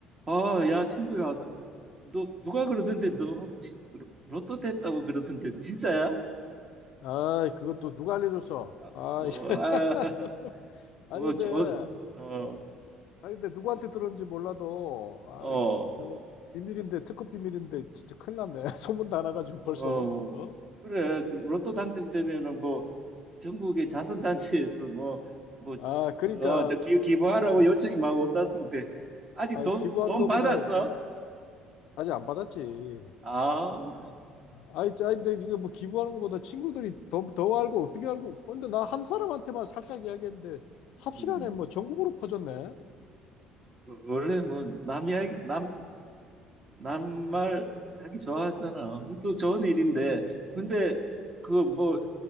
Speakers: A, on the right; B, on the left.
A: 아, 야, 친구야, 너, 누가 그러던데 너 혹시 로- 로또 됐다고 그러던데 진짜야?
B: 아, 그것도 누가 알려줬어?
A: 아,
B: 아,
A: 어,
B: 이 <laughs>
A: 아,
B: 아니
A: 뭐
B: 근데
A: 저, 어,
B: 아니 근데 누구한테
A: 뭐,
B: 들었는지 몰라도 아,
A: 어,
B: 이씨, 그 비밀인데 특급 비밀인데 진짜 큰일 났네. <laughs> 소문 다 나가지고
A: 어,
B: 벌써.
A: 어,
B: 어?
A: 그래, 로또 당첨되면은 뭐 전국의 자선단체에서 뭐, 뭐,
B: 아, 그러니까
A: 어, 저 기, 기부하라고
B: 아,
A: 요청이 막 온다던데 아직
B: 아
A: 돈,
B: 기부하는
A: 돈
B: 것보다
A: 받았어?
B: 이거 아직 안 받았지.
A: 아, 어,
B: 아이, 아 근데 이거 뭐 기부하는 것보다 친구들이 더, 더 알고 어떻게 알고? 근데 나 한 사람한테만 살짝 이야기했는데 삽시간에
A: 음,
B: 뭐 전국으로 퍼졌네.
A: 어, 원래 뭐 남 이야기, 남 남말 하기 좋아하잖아. 그것도 좋은 일인데.
B: 아유,
A: 근데 그 뭐